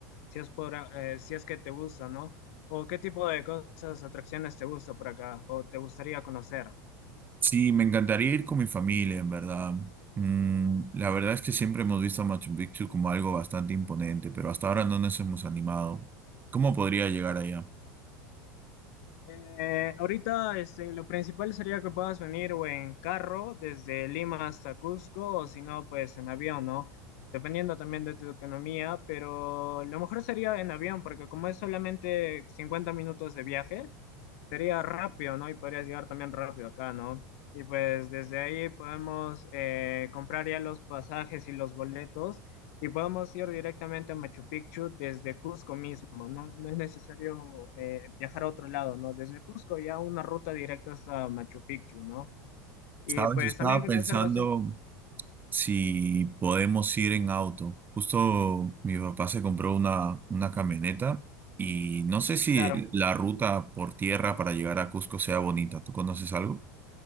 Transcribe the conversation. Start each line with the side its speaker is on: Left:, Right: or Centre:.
Left: si es por, eh, si es que te gusta, ¿no? ¿O qué tipo de cosas, atracciones te gusta por acá o te gustaría conocer?
Right: Sí, me encantaría ir con mi familia, en verdad. Mm, la verdad es que siempre hemos visto a Machu Picchu como algo bastante imponente, pero hasta ahora no nos hemos animado. ¿Cómo podría llegar allá?
Left: Eh, ahorita este, lo principal sería que puedas venir o en carro desde Lima hasta Cusco o si no, pues en avión, ¿no? Dependiendo también de tu economía, pero lo mejor sería en avión porque como es solamente 50 minutos de viaje, Sería rápido, ¿no? Y podrías llegar también rápido acá, ¿no? Y pues desde ahí podemos eh, comprar ya los pasajes y los boletos y podemos ir directamente a Machu Picchu desde Cusco mismo, ¿no? No es necesario eh, viajar a otro lado, ¿no? Desde Cusco ya una ruta directa hasta Machu Picchu, ¿no? Y
Right: Sabes,
Left: pues
Right: estaba
Left: también conocer
Right: pensando
Left: bastante,
Right: si podemos ir en auto. Justo mi papá se compró una, una camioneta y no sé si
Left: claro.
Right: la ruta por tierra para llegar a Cusco sea bonita. ¿Tú conoces algo?